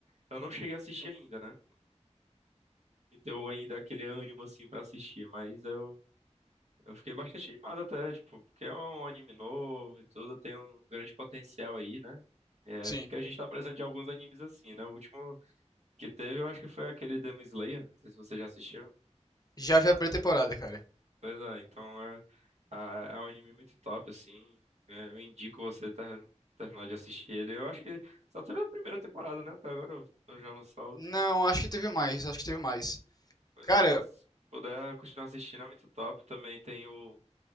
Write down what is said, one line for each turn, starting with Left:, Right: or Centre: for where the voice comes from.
Right: eu não cheguei a assistir ainda, né? Me deu ainda aquele ânimo, assim, pra assistir, mas eu Eu fiquei bastante animado até, tipo, porque é um anime novo e tudo, tem um grande potencial aí, né? É,
Left: sim.
Right: porque a gente tá precisando de alguns animes assim, né? O último que teve, eu acho que foi aquele Demon Slayer, não sei se você já assistiu.
Left: Já vi a primeira temporada, cara.
Right: Pois é, então é, a- é um anime muito top, assim. É, eu indico você ter, terminar de assistir ele. Eu acho que só teve a primeira temporada, né? Até agora eu, eu já lançou outra.
Left: Não, acho que teve mais, acho que teve mais.
Right: Pois
Left: Cara,
Right: é, então se puder continuar assistindo é muito top. Também tem o